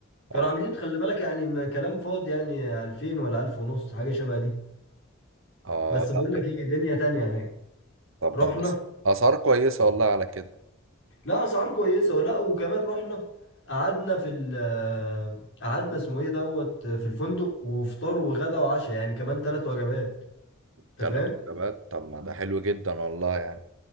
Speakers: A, on the left; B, on the right.
A: كانوا
B: اه
A: عاملين خلي بالك يعني م- كلام فاضي يعني 2000 ولا 1000 ونص حاجة شبه دي
B: اه
A: بس بقول
B: لا
A: لك ايه دنيا تانية هناك
B: طب
A: رحنا
B: ده بس اسعار كويسة والله على كده
A: لا اسعار كويسه ولا وكمان رحنا قعدنا في ال قعدنا اسمه ايه دوت في الفندق وفطار وغدا وعشاء يعني كمان ثلاث وجبات انت
B: تلات
A: فاهم
B: وجبات طب ما ده حلو جدا والله يعني